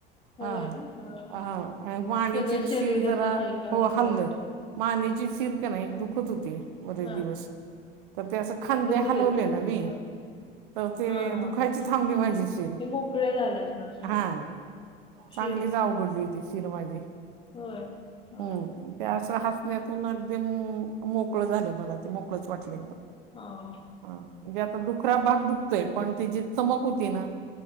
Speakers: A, on the left (about 20°); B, on the right (about 60°).
A: होय
B: हा
A: ना हा
B: हा मानेची
A: सगळं
B: एक शीर
A: शरीर
B: जरा
A: असं हलकं
B: हो
A: हलकं
B: हल्लं
A: वाटलं.
B: मानेची शिर क नाही एक
A: ह
B: दुखत होती, बरेच
A: हा
B: दिवस तर ते असं खांदे
A: दुखत
B: हलवले
A: होती.
B: ना मी
A: ह
B: तर ते
A: हा हा
B: दुखायची थांबली माझी शिर
A: ते मोकळे झाले असणार सगळे
B: हा चांगलीच
A: शिर
B: आवघडली होती शिर माझी
A: होय. हा
B: हुं ते असं हसण्यातून अगदी मु मोकळं झालं मला ते, मोकळच वाटलं एकदम.
A: हा हा
B: म्हणजे आता दुखरा भाग दुखतोय पण तिची चमक होती ना-,